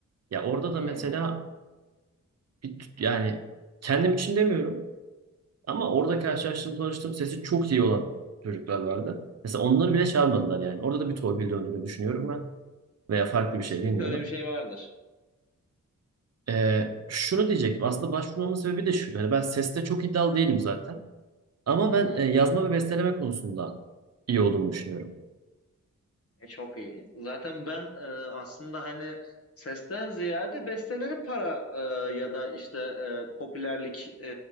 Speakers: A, on the right (about 55°); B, on the left (about 50°).
A: Ya orada
B: Hı.
A: da mesela bir, t- yani kendim için demiyorum ama orada karşılaştığım tanıştığım sesi çok iyi olan çocuklar vardı. Mesela onları bile çağırmadılar yani. Orada da bir torpil döndüğünü düşünüyorum ben. veya farklı bir
B: Kesinlikle
A: şey bilmiyorum.
B: öyle bir şey vardır.
A: Ee, şunu diyecektim. Aslında başvurmamın sebebi de şuydu. Hani ben seste çok iddialı değilim zaten. Ama
B: Hı
A: ben
B: hı.
A: e, yazma ve besteleme konusunda iyi olduğumu düşünüyorum.
B: E, çok iyi. Zaten ben e, aslında hani sesten ziyade bestelerin para e, ya da işte e, popülerlik e,